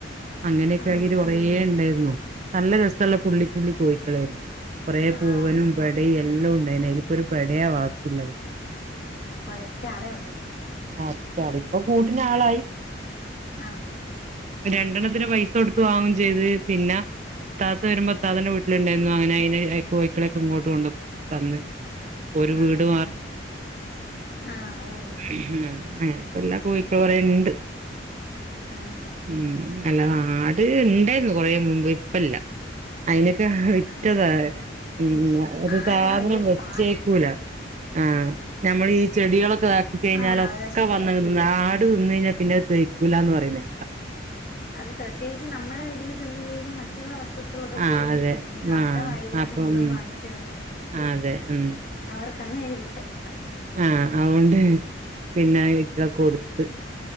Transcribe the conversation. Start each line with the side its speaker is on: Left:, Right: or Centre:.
Right: അങ്ങനെയൊക്കെആകീറ്റ്
Left: ആഹ് ആഹ്
Right: കൊറേ ഉണ്ടായിരുന്നു. നല്ല രസള്ള പുള്ളിപ്പുള്ളി കോഴിക്കളേയിരുന്നു. കുറെ പൂവനും
Left: ആഹ്
Right: പെടയും എല്ലാം ഉണ്ടെയ്നു, അതിലിപ്പോ ഒരു പെടയാ ബാക്കിള്ളത്.
Left: ഒറ്റ ആളേ ഉള്ള്.
Right: ആഹ് ഒറ്റാള്, ഇപ്പൊ കൂട്ടിന് ആളായി.
Left: ആഹ്.
Right: രണ്ടെണ്ണത്തിന് പൈസ കൊടുത്ത് വാങ്ങും ചെയ്ത് പിന്ന ഇത്താത്ത വരുമ്പൊ ഇത്താത്താൻ്റെ വീട്ടിലുണ്ടായിരുന്നു അങ്ങനെ അയ്നെ ആഹ് കോഴിക്കളൊക്കെ ഇങ്ങോട്ട് കൊണ്ട് തന്ന്. ഒരു
Left: ആഹ്
Right: വീട്
Left: ആഹ് ആഹ് ഓഹ്, അ
Right: ആഹ്, അങ്ങനെപ്പ എല്ലാ കോഴിക്കൾ കുറെ ഉണ്ട്.
Left: ആഹ്
Right: ഉം. അല്ലാതെ ആട് ഇണ്ടേരുന്നു കൊറേ മുമ്പ് ഇപ്പല്ല, അതിന ഹ്ഹ
Left: അമ്മക്കും
Right: വിറ്റതാ ഉം, ഒരു
Left: ആടൊക്കെ
Right: സാധനം
Left: ഭയങ്കര
Right: വെച്ചേക്കൂല.
Left: പാടാ
Right: ആഹ് ഞമ്മള് ഈ ചെടികളൊക്കെതാക്കി കഴിഞ്ഞാൽ
Left: ആഹ്
Right: ഒക്കെ
Left: അതാ ശരിയാ
Right: വന്ന ആട് തിന്നു കഴിഞ്ഞാൽ പിന്നെ അത് തളിർക്കൂല എന്ന് പറയുന്നേ.
Left: അത് പ്രത്യേകിച്ച് നമ്മുടെ ഇതിൽ തിന്നില്ലേലും മറ്റുള്ള വസ്തു ക്കളൊക്കെ
Right: ആഹ്
Left: പോയിന്ന്
Right: അതെ
Left: തിന്ന് അവരുടെ
Right: ആഹ്
Left: വായിരിക്കുന്നത്
Right: അപ്പം
Left: മൊത്തം വാങ്ങിച്ചു തിന്ന്
Right: ആഹ് അതെ ഉം
Left: അവർക്ക് അങ്ങനെ ഒരു കുരുത്തക്കേടാ.
Right: ആഹ് അതുകൊണ്ട് പിന്നെ ഇക്ക കൊടുത്ത്.